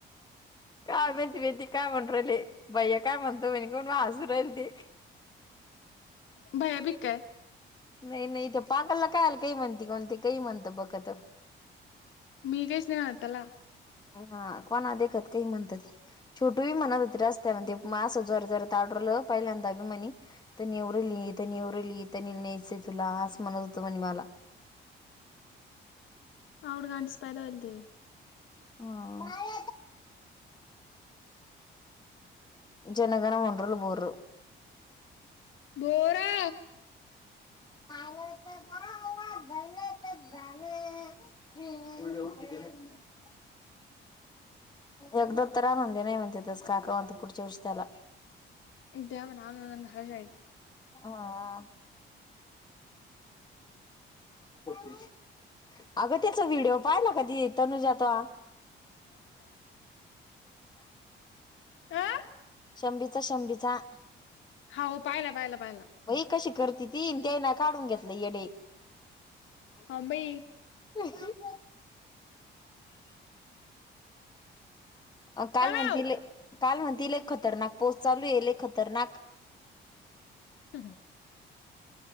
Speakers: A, on the left; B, on the left.
A: का बेती बेहती काय म्हण राले भैया काय म्हणतो मी कोण वाजू राहिल ते
B: भया बीिक आहे
A: नाही नाही इथे पागलला काय आल काही म्हणती कोणते काही म्हणत बघत
B: <inaudible>
A: हा कोणा देखत काही म्हणत ते छोटूी ही म्हणत होते रस्त्यान ते म अस जोरजोरात आढरलं पहिल्यांदा भि म्हणी त्यान एवढ लिही तनी उरली तनी न्यायचं तुला असं म्हणत होतं म्हणे मला
B: <inaudible>
A: ह जनगण मन बोर
B: बोरा
A: <inaudible> <inaudible> यगदोत्तरा न दे नाही म्हणतेेतस काकावंत पुढचोरस त्याला
B: <inaudible>
A: हा <inaudible> अगं त्याचा व्हिडिओ पाहिला का ती तनुजाचा
B: आं
A: शंभीचा शंभीचा
B: हा हो पाहिला पाहिला पाहिला
A: वई कशी करते ती तेई ना काढून घेतला येडे
B: ह मई
A: <inaudible> अ काल
B: टम्याव
A: म्हण काल म्हणतीलले खतरनाक पोस चालू येल खतरनाक
B: ह हं